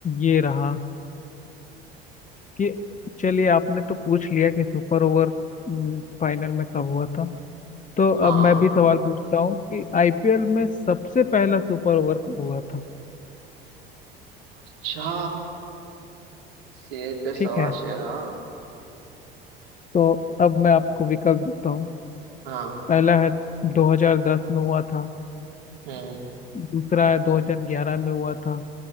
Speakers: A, on the left; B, on the right.
A: ये रहा ये चलिए आपने तो पूछ लिया कि सुपर ओवर हम्म, फाइनल में कब हुआ था तो
B: हाँ
A: अब मैं भी सवाल पूछता हूँ कि आईपीएल में सबसे पहला सुपर ओवर कब हुआ था
B: अच्छा शेर पे
A: ठीक
B: सवा
A: है
B: शेर हाँ
A: तो अब मैं आपको विकल्प देता हूँ
B: हाँ
A: पहला है 2010 में हुआ था
B: हम्म
A: दूसरा है 2011 में हुआ था